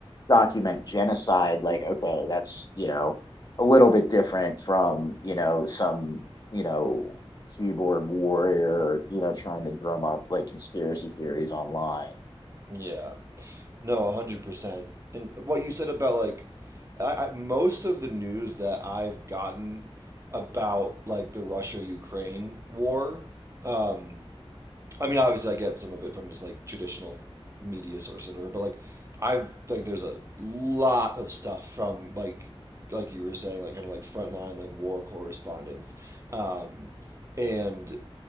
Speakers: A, on the left; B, on the right.
A: document genocide, like, okay, that's, you know, a little bit different from, you know, some, you know, keyboard warrior, you know, trying to drum up like conspiracy theories online.
B: Yeah. No, 100%. And what you said about like I, I, most of the news that I've gotten about like the Russia Ukraine war um, I mean, obviously, I get some of it from just like traditional media sources, or whatever, but like I've like there's a lot of stuff from like like you were saying, like kind of like frontline like war correspondents, um, and